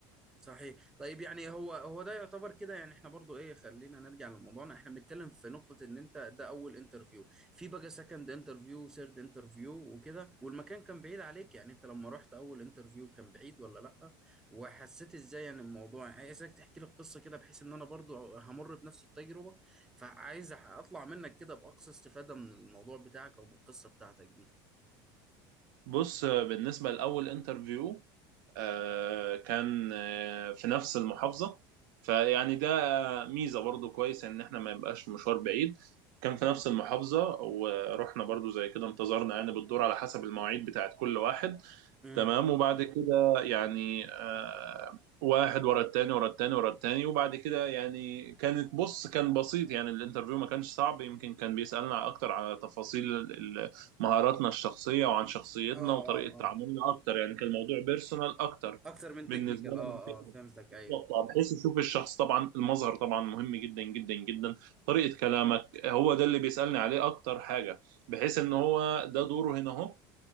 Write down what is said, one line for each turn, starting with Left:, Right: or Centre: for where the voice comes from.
Centre: صحيح طيب يعني هو هو ده يعتبر كده يعني احنا برضو ايه خلينا نرجع لموضوعنا احنا بنتكلم في نقطة ان انت ده اول انترفيو في بقى سكند انترفيو ثيرد انترفيو وكده والمكان كان بعيد عليك يعني انت لما رحت اول انترفيو كان بعيد ولا لا وحسيت ازاي يعني الموضوع يعني عايزك تحكي لي القصة كده بحيث ان انا برضو همر بنفس التجربة فعايز اطلع منك كده باقصى استفادة من الموضوع بتاعك او من القصة بتاعتك دي
Right: بص آه، بالنسبه لاول انترفيو آه، كان آه، في نفس المحافظة فيعني ده ميزة برضو كويس ان احنا ما يبقاش مشوار بعيد كان في نفس المحافظة ورحنا برضو زي كده انتظرنا يعني بالدور على حسب المواعيد بتاعت كل واحد
Centre: امم
Right: تمام وبعد كده يعني آه، واحد ورا التاني ورا التاني ورا التاني وبعد كده يعني كانت بص كان بسيط يعني الانترفيو ما كانش صعب يمكن كان بيسألنا اكتر على تفاصيل ال- ال- مهاراتنا الشخصية وعن شخصيتنا
Centre: اه
Right: وطريقة
Centre: اه
Right: تعاملنا اكتر يعني كان الموضوع بيرسونال اكتر
Centre: اكتر من
Right: بالنسبة
Centre: تكنيكال
Right: لنا
Centre: اه
Right: من فكرة
Centre: اه فهمتك ايوه
Right: بالظبط آه، بحيث يشوف الشخص طبعا المظهر طبعا مهم جدا جدا جدا طريقة كلامك هو ده اللي بيسألني عليه اكتر حاجة بحيث ان هو ده دوره هنا اهو